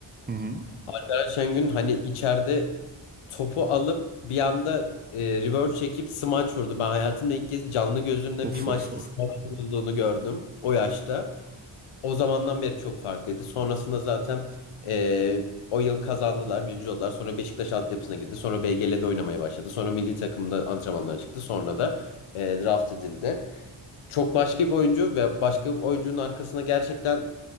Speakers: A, on the right; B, on the left.
A: Hı hı.
B: Erkan Şengün hani içeride topu alıp bir anda e, reverse çekip smaç vurdu. Ben hayatımda ilk kez canlı gözümle
A: Of
B: bir maçta
A: of of.
B: smaç vurulduğunu gördüm o yaşta. O zamandan beri çok farklıydı. Sonrasında zaten e, o yıl kazandılar, birinci oldular. Sonra Beşiktaş altyapısına girdi. Sonra BGL'de oynamaya başladı. Sonra milli takımda antrenmanlara çıktı. Sonra da e, draft edildi. Çok başka bir oyuncu ve başka bir oyuncunun arkasına gerçekten